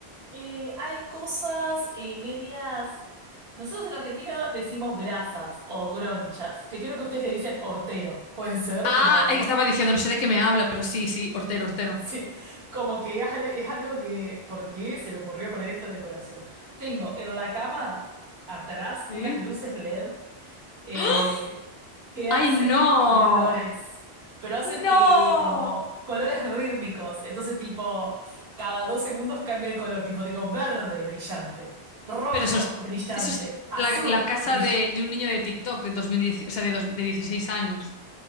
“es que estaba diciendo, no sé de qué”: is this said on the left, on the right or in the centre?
Left